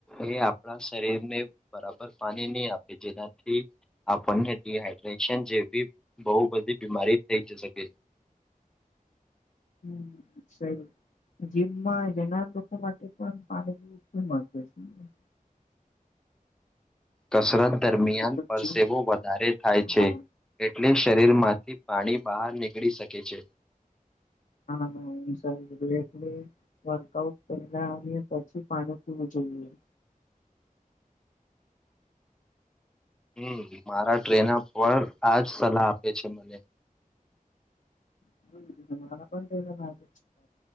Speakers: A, in the centre; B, on the left (about 65°).
A: એ આપણા શરીરને બરાબર પાણી નહી આપે જેનાથી. આપણને ડડીહાઈડ્રેશન જેવી બહુ બધી બીમારી થઈ જ શકે છે. <unintelligible>
B: હમ સઈ. જીમમાં જનાર લોકો માટે પણ પાણી <unintelligible>
A: કસરત દરમિયાન
B: છે જે
A: પરસેવો
B: જીમ
A: વધારે થાય
B: હા
A: છે. એટલે શરીરમાંથી પાણી બહાર નીકળી શકે છે.
B: હા સારું <unintelligible> વર્કઆઉટ પેલા આવી પછી પાણી પીવું જોઈએ.
A: છે હમ મારા <unintelligible> પર આજ સલાહ આપે છે, મને.
B: <inaudible> પણી કાર